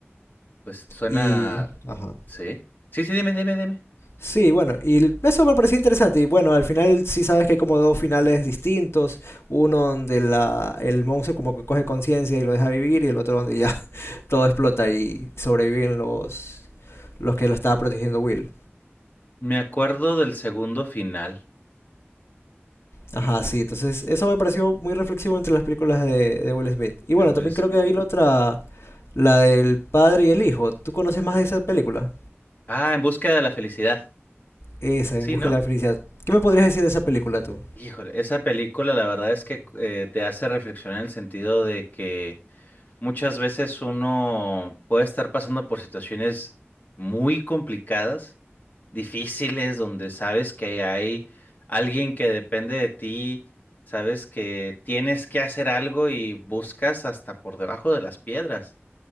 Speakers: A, on the left; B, on the left.
A: pues suena...
B: Y, ajá.
A: Sí. Sí, sí, dime, dime, dime.
B: Sí, bueno, y l- eso me pareció interesante. Y bueno, al final sí sabes que hay como dos finales distintos. Uno donde la, el monstruo como que coge conciencia y lo deja vivir y el otro donde ya todo explota y sobreviven los, los que lo estaba protegiendo Will.
A: Me acuerdo del segundo final,
B: Ajá, sí, entonces eso me pareció muy reflexivo entre las películas de, de Will Smith. Y bueno,
A: el Will
B: también
A: Smith.
B: creo que había la otra, la del padre y el hijo. ¿Tú conoces más de esa película?
A: Ah, En búsqueda de la felicidad.
B: Esa,
A: Sí,
B: En Busca
A: ¿no?
B: de la Felicidad. ¿Qué me podrías decir de esa película tú?
A: Híjole, esa película la verdad es que eh, te hace reflexionar en el sentido de que muchas veces uno puede estar pasando por situaciones muy complicadas difíciles, donde sabes que hay alguien que depende de ti, sabes que tienes que hacer algo y buscas hasta por debajo de las piedras